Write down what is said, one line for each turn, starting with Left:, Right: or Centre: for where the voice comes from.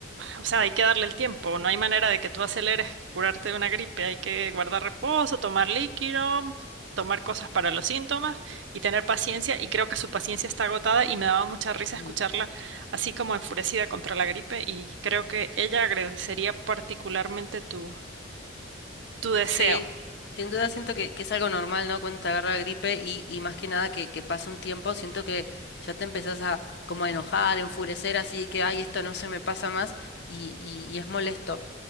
Right: o sea, hay que darle el tiempo, no hay manera de que tú aceleres curarte de una gripe, hay que guardar reposo, tomar líquido, tomar cosas para los síntomas y tener paciencia y creo que su paciencia está agotada y me daba mucha risa escucharla
Left: Mm.
Right: así como enfurecida contra la gripe y creo que ella agradecería particularmente tu, tu deseo.
Left: Sí, sin duda siento que, que es algo normal, ¿no? Cuando te agarra gripe y, y más que nada que, que pasa un tiempo, siento que ya te empezás a como a enojar, enfurecer, así que, ay, esto no se me pasa más y, y, y es molesto.